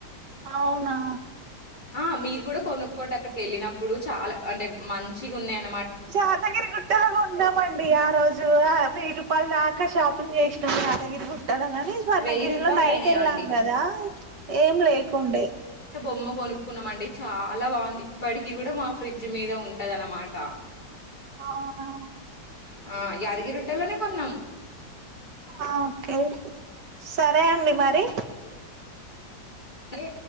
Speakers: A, on the right (about 75°); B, on the left (about 25°).
A: అవునా
B: ఆ మీరు కూడా కొనుక్కోండి అక్కడికేళ్ళినప్పుడు చాలా అంటే మంచిగా ఉన్నాయన్
A: యాదగిరి గుట్టలో కోణం అండి ఆ రోజు వేయిరుపాల్ దాకా షాపింగ్ చేస్ త్ యాదగిరిగుట్ ట్టలా గాని స్వర్ణగిరిలో
B: రూ.
A: నైట్
B: అయినాయా
A: వెళ్ళాం
B: అండి.
A: కదా ఏం లేకుండే
B: మ్మ కొనుక్కున్నామ అండి చాలా బాగుంది ఇప్పడికీ కూడా మా ఫ్రిడ్జ్ బ్రిడ్జ్ మీద ఉంటదన్నమాట
A: అవునా
B: ఆ యాదగిరిగుట్టలోనే కొన్నాం
A: ఆ ఓకే సరే అండి మరి
B: ఏ